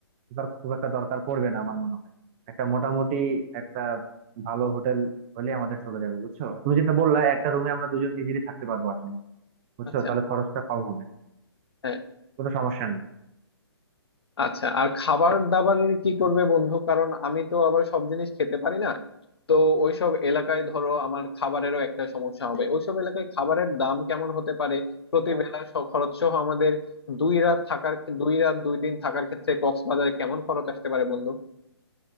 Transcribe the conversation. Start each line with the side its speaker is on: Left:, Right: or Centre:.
Right: থাকার খুব একটা দরকার পড়বে না আমার মনে হয় একটা মোটামুটি একটা ভালো হোটেল হলে আমাদের চলে যাবে বুঝছো আর তুমি যেটা বললা একটা রুমে আমরা দুজন ইজিলি থাকতে পারবো আসলে বুঝছো
Left: আচ্ছা
Right: তাহলে খরচটা কম হবে
Left: হ্যাঁ।
Right: কোনো সমস্যা নেই
Left: আচ্ছা আর খাবার দাবারের কি
Right: আচ্ছা
Left: করবে বন্ধু কারণ আমি তো আবার সব জিনিস খেতে পারি না তো ওইসব এলাকায় ধরো আমার খাবারেরও একটা সমস্যা হবে ওইসব এলাকায় খাবারের দাম কেমন হতে পারে
Right: আচ্ছা
Left: প্রতি বেলা স- খরচ সহ আমাদের দুই রাত থাকার দুই রাত দুই দিন থাকার ক্ষেত্রে কক্সবাজারে কেমন খরচ আসতে পারে বন্ধু